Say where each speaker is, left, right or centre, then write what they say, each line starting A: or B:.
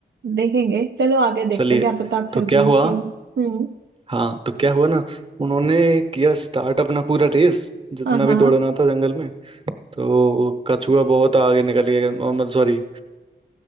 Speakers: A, on the right; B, on the right.
A: देखेंगे चलो आगे देखते
B: चलिए
A: हैं, क्या पता
B: तो
A: खरगोश
B: क्या हुआ
A: ही हो हम्म
B: हाँ तो क्या हुआ ना उन्होंने किया स्टार्ट अपना पूरा रेस जितना
A: हाँ हाँ
B: भी दौड़ना था जंगल में तो कछुआ बहुत आगे निकल गया और मतलब सॉरी